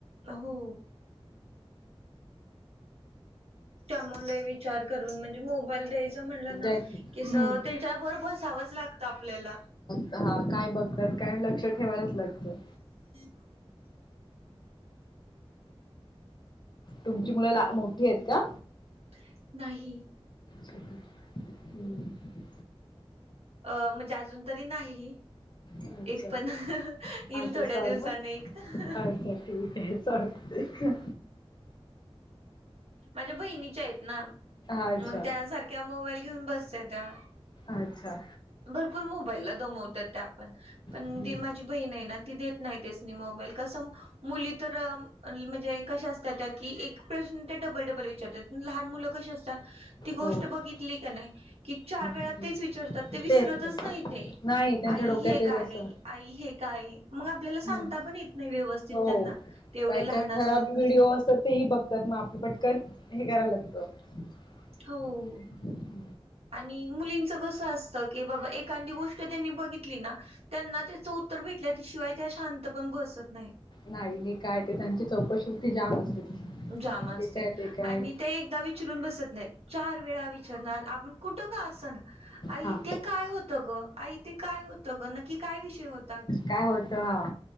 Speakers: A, on the right; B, on the left.
A: हो. त्यामुळे विचार करून म्हणजे मोबाईल द्यायचा म्हणलं ना.
B: जायचं
A: कस
B: हं.
A: त्यांच्याबरोबर बसावचं लागतं आपल्याला.
B: हा काय बघतात काय लक्ष ठेवायलाचं लागतं.
A: <inaudible>
B: तुमची मुलं ला मोठीयेत का?
A: हं नाही
B: झोपले. हम्म
A: अ म्हणजे अजून तरी नाही.
B: अच्छा
A: एक पण हं हं
B: अच्छा
A: इल थोड्या
B: सॉरी
A: दिवसाने
B: ह
A: एक अहं
B: अच्छा
A: हं.
B: ठीक आहे चालतयं.
A: माझ्या बहिणीच्यायेत ना,
B: अच्छा
A: मंग त्या सारख्या मोबाईल घेऊन बसत्याता.
B: अच्छा.
A: भरपूर मोबाईला दमवतात त्या पण, पण
B: हम्म,
A: दे मा ती बहिण आहे ना ती देत नाही त्यासनी मोबाईल कस मुली तर म्हणजे कशा असतात त्या की एक प्रश्न त्या डबल डबल विचारतात. लहान मुलं कशी असतात ती गोष्ट
B: हो हा,
A: बघितली का नाही की चार वेळा
B: ठीक
A: तेच
B: आहे.
A: विचारतात. ते विसरतच
B: तेच ते.
A: नाही ते
B: नाही त्यांच्या
A: आई
B: डोक्यात
A: हे
B: ते
A: काय
B: बस हो
A: आई हे काय मंग आपल्याला
B: हम्म,
A: सांगता पण येतं नाही व्यवस्थित
B: हो
A: त्यांना तेवढे
B: काय
A: लहान
B: काय खराब व्हिडिओ
A: की
B: असतात तेही बघतात मग आपलं पटकन हे करायला लागतं. हम्म.
A: हो आणि मुलींचं कसं असतं की बाबा एखदी गोष्ट त्यांनी बघितली ना. त्यांना त्याचं उत्तर भेटल्याशिवाय त्या शांत पण बसत नाही.
B: नाही हे काय ते त्यांची चौकशीती जाम असते.
A: जाम असते
B: ते काय ते काय
A: आणि ते एकदा चरून बसत नाही चार वेळा विचारणार आपण कुठं का असना. आई
B: हा
A: ते काय होतं ग आई ते काय होतं ग नक्की काय विषय होत.
B: काय होत हा